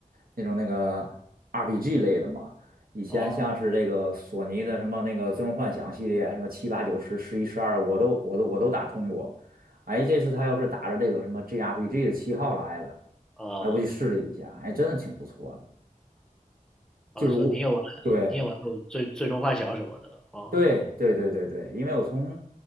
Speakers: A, on the right (about 85°); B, in the centre.
A: 那种那个 RPG 类的嘛。以前像是这个索尼的什么那个《最终幻想》系列，
B: 哦
A: 什么七八九十十一十二，我都我都我都打通过。哎，这次他要是打着这个什么 G r p g 的旗号来的，
B: 哦
A: 哎，我就试了一下，哎，真的挺不错的。
B: 啊，
A: 就如对
B: 说你也玩你也玩过最最终幻想什么的，啊，
A: 对对对对对，因为我从